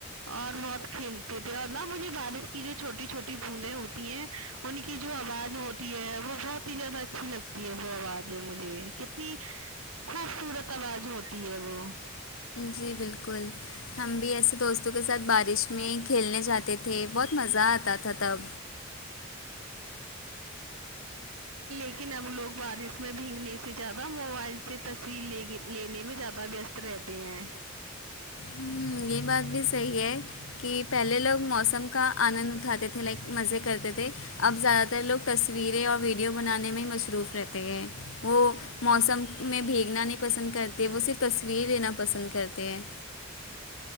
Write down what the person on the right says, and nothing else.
اور بہت کھیلتے تھے اور نہ مجھے بارش کی جو چھوٹی چھوٹی بوندیں ہوتی ہیں ان کی جو آواز ہوتی ہے وہ بہت ہی زیادہ اچھی لگتی ہے وہ آوازے مجھے کتنی خوبصورت آواز ہوتی ہے وہ
لیکن اب لوگ بارش میں بھیگنے سے زیادہ موبائل سے تصویر لینے میں زیادہ ویست رہتے ہیں